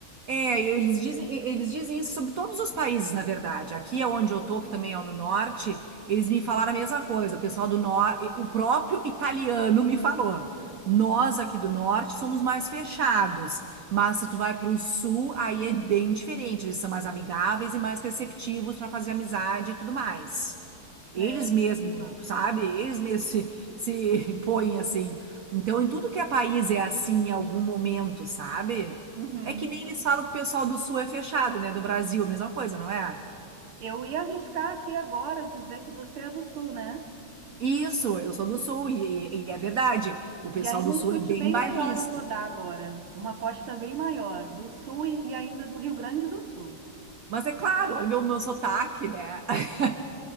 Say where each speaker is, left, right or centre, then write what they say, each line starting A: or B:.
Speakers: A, on the right; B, on the right.
A: É, eles dizem, eles dizem isso sobre todos os países, na verdade. Aqui é onde eu tô, que também é no norte, eles me falaram a mesma coisa. O pessoal do norte, o próprio italiano me falou. Nós aqui do norte somos mais fechados, mas se tu vai para o sul, aí é bem diferente. Eles são mais amigáveis e mais receptivos para fazer amizade e tudo mais. Eles
B: É, é muito
A: mesmos,
B: legal.
A: sabe? Eles mesmos se, se <laughs> põem assim. Então, em tudo que é país é assim em algum momento, sabe?
B: Uhum.
A: É que nem eles falam que o pessoal do Sul é fechado, né? Do Brasil, a mesma coisa, não é?
B: Eu ia arriscar aqui agora dizer que você é do sul, né?
A: Isso, eu sou do Sul e, e- é verdade. O pessoal
B: E aí,
A: do
B: num
A: Sul
B: chute
A: é bem
B: bem
A: bairrista.
B: maior, eu vou dar agora. Uma aposta bem maior, do sul e, e ainda do Rio Grande do Sul.
A: Mas é claro, olha meu, meu sotaque, né? <laughs>